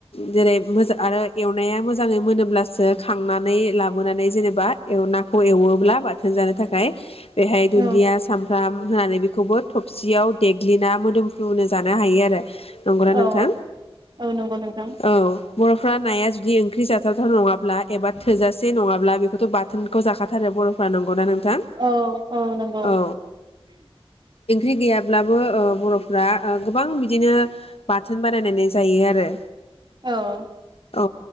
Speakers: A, on the left; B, on the right.
A: जेरै मोजां आरो एवनाया मोजाङै मोनोब्लासो खांनानै लाबोनानै जेनेबा एव नाखौ एवोब्ला बाथोन जानो थाखाय बेहाय दुन्दिया
B: औ
A: सामफ्राम होनानै बेखौबो थबसियाव देग्लिना मोदोमफ्रुनो जानो हायो आरो। नंगौना
B: औ
A: नोंथां?
B: औ नंगौ नोंथां
A: औ। बर'फ्रा नाया जुदि ओंख्रि जाथावथाव नङाब्ला एबा थोजासे नङाब्ला बे बेथ बाथोनखौ जाखाथारो बर'फ्रा नंगौना नोंथां?
B: औ औ नंगौ
A: औ। ओंख्रि गैयाब्लाबो ओ बर'फ्रा ओ गोबां बिदिनो बाथोन बानायनानै जायो आरो।
B: औ।
A: औ